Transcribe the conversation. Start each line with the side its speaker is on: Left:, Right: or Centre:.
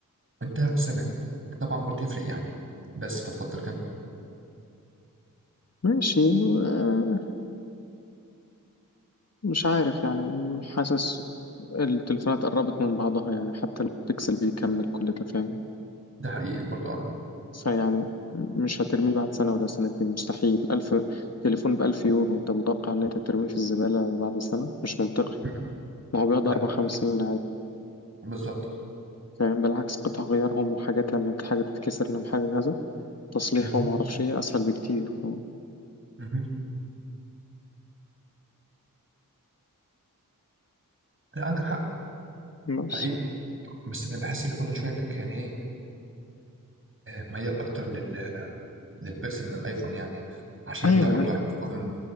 Right: انت سنه طبعا برضه يفرق يعني بس فتفضل كمل
Left: ماشي آه، مش عارف يعني حاسس التليفونات قربت من بعضها يعني حتى البيكسل بيكمل كل ده فاهم
Right: ده حقيقي برضه اه
Left: فيعني مش هترميه بعد سنة ولا سنتين مستحيل ألف تليفون بألف يورو أنت متوقع إن أنت ترميه في الزبالة بعد سنة مش منطقي
Right: م- م.
Left: ما هو بيقعد
Right: لا
Left: أربع خمس سنين عادي
Right: بالظبط
Left: فاهم بالعكس قطع غيارهم وحاجات لما حاجة تتكسر لما حاجة كذا تصليحه
Right: مهم.
Left: وما أعرفش إيه أسهل بكتير فاهم
Right: مهم. لا عندك حق
Left: بس
Right: حقيقي بس انا بحس ان برضه شويه انك يعني ايه آه، ميال اكتر لل للبيكسل من الايفون يعني عشان
Left: ايوه
Right: انت برضه
Left: لا
Right: عايز تكون